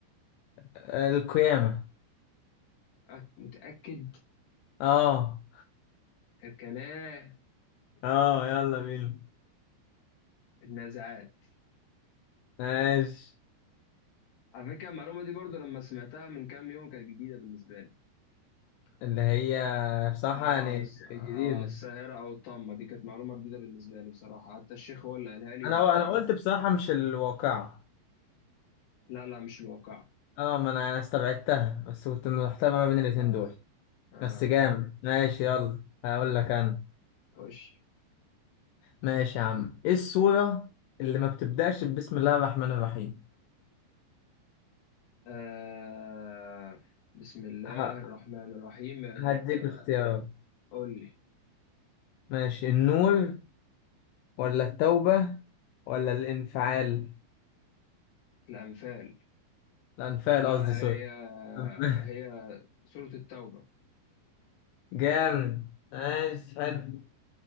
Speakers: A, on the left (about 75°); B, on the left (about 55°).
A: آه، القيامه
B: أك- متأكد
A: اه
B: كلام
A: اه يلا بينا
B: النازعات
A: ماشي
B: على فكرة المعلومة دي برضو لما سمعتها من كام يوم كانت جديدة بالنسبة لي
A: اللي هي بصراحة
B: اه
A: يعني
B: س- اه
A: جديدة
B: الساهرة او الطامة دي كانت معلومة جديدة بالنسبة لي بصراحة حتى الشيخ هو اللي قالها لي
A: انا
B: وفاهم
A: انا قلت بصراحة مش الواقعة
B: لا لا مش الواقع
A: اه ما انا استبعدتها بس كنت محتار ما بين الاتنين
B: يا
A: دول
B: اه
A: بس جامد ماشي يلا هقول لك انا
B: وش
A: ماشي يا عم ايه السورة اللي ما بتبدأش بسم الله الرحمن الرحيم
B: آه بسم الله
A: ه-
B: الرحمن الرحيم كانت
A: هديك
B: آه،
A: اختيارات
B: قول لي
A: ماشي النور ولا التوبة ولا الانفعال
B: الأنفال
A: الانفعال
B: لا
A: قصدي سوري
B: هي
A: <laughs>
B: هي سورة التوبة
A: جامد ماشي حلو